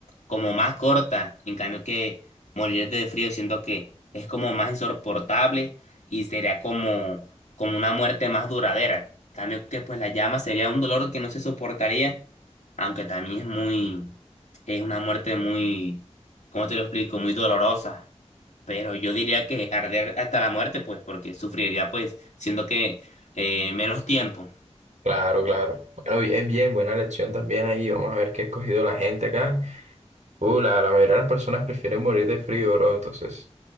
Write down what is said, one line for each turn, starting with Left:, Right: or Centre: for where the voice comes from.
Left: como más corta. En cambio que morir de frío siento que es como más insoportable y sería como, como una muerte más duradera. En cambio que pues la llama sería un dolor que no se soportaría, aunque también es muy, es una muerte muy, ¿cómo te lo explico? Muy dolorosa. Pero yo diría que arder hasta la muerte, pues, porque sufriría pues, siento que eh, menos tiempo.
Right: Claro, claro. Bueno, bien, bien, buena lección también ahí. Vamos a ver qué ha escogido la gente acá. Uh, la, la mayoría de las personas prefieren morir de frío, bro. Entonces,